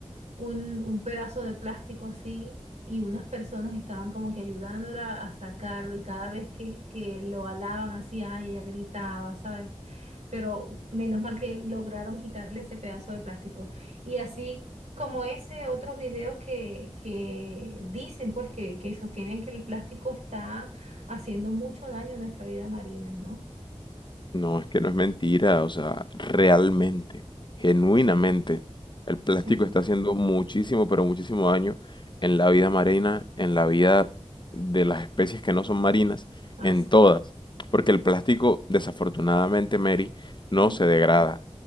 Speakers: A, on the right; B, on the left.
A: un, un pedazo de plástico así y unas personas estaban como que ayudándola a sacarlo y cada vez que, que lo alaban así, ay, ella gritaba, ¿sabes? pero menos mal que lograron quitarle ese pedazo de plástico. Y así como ese otro video que, que dicen, pues, que, que sostienen que el plástico está haciendo mucho daño a nuestra vida marina, ¿no?
B: No, es que no es mentira, o sea, realmente, genuinamente,
A: Sí,
B: el plástico
A: sí.
B: está haciendo muchísimo, pero muchísimo daño en la vida marina, en la vida de las especies que no son marinas,
A: Así.
B: en todas. Porque el plástico, desafortunadamente, Mary, no
A: Ujú,
B: se degrada.